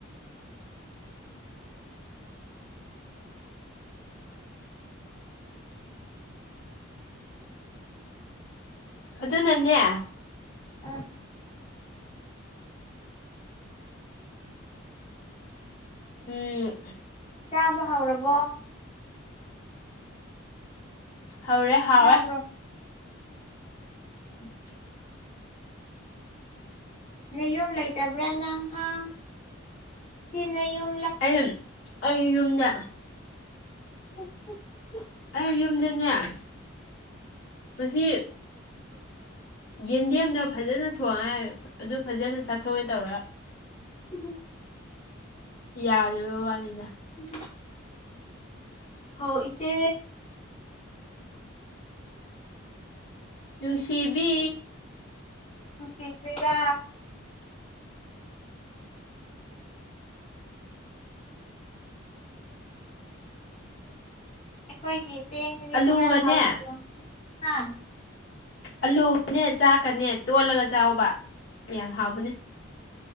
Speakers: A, on the left; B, on the left.
A: ꯑꯗꯨꯅꯅꯦ
B: ꯑ
A: ꯎꯝ
B: ꯆꯥꯕ ꯍꯧꯔꯕꯣ
A: ꯍꯧꯔꯦ ꯍꯥꯎꯋ‌ꯦ
B: ꯇꯥꯕ꯭ꯔꯣ
A: <unintelligible>
B: ꯅꯌꯨꯝ ꯂꯩꯇꯕ꯭ꯔꯥ ꯅꯪꯍꯥꯟ ꯁꯤ ꯅꯌꯨꯝ
A: ꯑ ꯑꯩ ꯌꯨꯝꯗ
B: <unintelligible>
A: ꯑꯩ ꯌꯨꯝꯗꯅꯦ ꯃꯁꯤ ꯌꯦꯟꯗꯦꯝꯅ ꯐꯖꯅ ꯊꯣꯡꯉꯥꯏ ꯑꯗꯨ ꯐꯖꯅ ꯆꯥꯊꯣꯛꯀꯦ ꯇꯧꯔꯥ
B: <unintelligible>
A: ꯌꯥꯗꯕ ꯋꯥꯅꯤꯅ
B: <unintelligible> ꯍ‌ꯣ ꯏꯆꯦ
A: ꯅꯨꯡꯁꯤꯕꯤ
B: ꯅꯨꯡꯁꯤꯈ꯭ꯔ‌ꯦꯗ ꯑꯩꯈꯣꯏꯒꯤ ꯆꯦꯡꯁꯤꯗꯤ
A: ꯑꯂꯨꯒꯅꯦ
B: ꯄꯨꯔꯥ ꯍꯥꯎꯁꯐꯨꯟ ꯍꯥ
A: ꯑꯂꯨꯒꯅꯦ ꯆꯥꯛꯀꯅꯦ ꯇꯣꯠꯂꯒ ꯆꯥꯎꯕ ꯌꯥꯝ ꯍꯥꯎꯕꯅꯦ